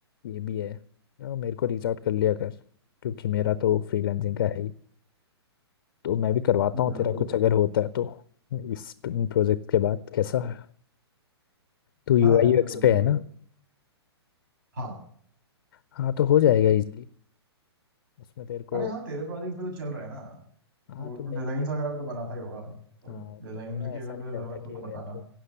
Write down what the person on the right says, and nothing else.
जरूर
हाँ यार
जरूरी
है
भाई
हाँ
अरे
हाँ तेरे प्रोजेक्ट भी तो चल रहे हैं ना
तो
डिजाइन वगैरह भी तो बनाता ही होगा तो
डिजाइनर
की अगर
तुझे
जरूरत हो
तो बताना